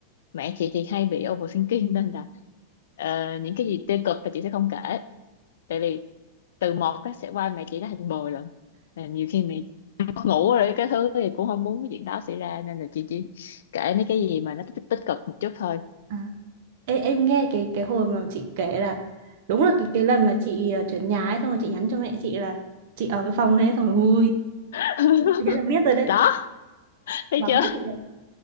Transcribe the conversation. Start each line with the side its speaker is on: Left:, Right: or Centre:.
Left: mẹ chị thì hay bị overthinking nên là ờ, những cái gì tiêu cực là chị sẽ không kể tại vì từ một nó sẽ qua mẹ chị nó thành mười lần Là nhiều khi mẹ chị mất ngủ rồi cái thứ thì cũng không muốn cái chuyện đó xảy ra nên là chị chỉ kể mấy cái gì mà nó tích, tích cực một chút thôi
Right: à. Ê, em nghe cái cái hồi mà chị kể là đúng là cái cái lần mà chị ờ, chuyển nhà ấy xong rồi chị nhắn cho mẹ chị là chị ở cái phòng đấy xong rồi ui
Left: <laughs>
Right: thế là biết rồi đấy
Left: đó thấy
Right: là
Left: chưa
Right: biết rồi đấy